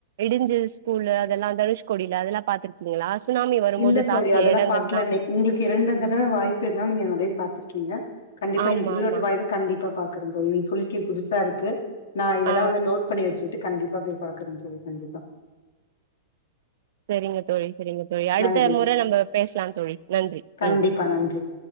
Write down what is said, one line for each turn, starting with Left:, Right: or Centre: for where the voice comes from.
Right: இடிஞ்சு ஸ்கூலு அதெல்லா தனுஷ்கோடில அதெல்லா பாத்துருக்கீங்களா சுனாமி வரும்போது
Left: இல்ல தோழி
Right: தாக்கிய
Left: அதெல்லா
Right: எடங்கள்லா
Left: பாக்ல நி உங்ளுக்கு இரண்டு தடவ வாய்ப்பு இருந்தா நீங்க நறை பாத்துரு க்கீங்க கண்டிப்பா
Right: ஆமா
Left: எனக்கு இங்ளோட்ட
Right: ஆமா
Left: வாய்ப்பு கண்டிப்பா பாக்குறந் தோழி நீ சொல்லிக்கே புதுசாருக்கு நா இதெல்லா
Right: ஆ
Left: வந்து நோட் பண்ணி வச்சுட்டு கண்டிப்பா பே பாக்கனு தோழி கண்டிப்பா
Right: சேரிங்க தோழி சேரிங்க தோழி அடுத்த
Left: நன்றி.
Right: முற நம்ப பேசலா தோழி நன்றி
Left: கண்டிப்பா
Right: ம்
Left: நன்றி.